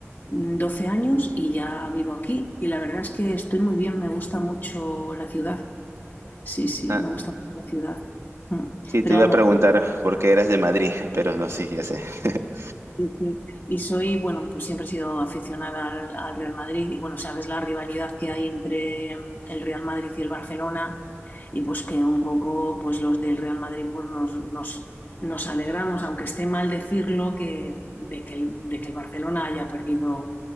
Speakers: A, on the left (about 40°); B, on the right (about 70°).
A: mm, 12 años y ya vivo aquí. Y la verdad es que estoy muy bien, me gusta mucho la ciudad. Sí, sí,
B: Ah,
A: me gusta mucho la ciudad. Mm.
B: sí,
A: Pero
B: te iba
A: vamos.
B: a preguntar por qué eras de Madrid, <laughs> pero no, sí, ya sé. <laughs>
A: Sí, sí. Y soy, bueno, pues siempre he sido aficionada al, al Real Madrid y bueno, sabes la rivalidad que hay entre mm, el Real Madrid y el Barcelona y pues que un poco pues los del Real Madrid pues nos, nos, nos alegramos, aunque esté mal decirlo, que, de que el, de que el Barcelona haya perdido,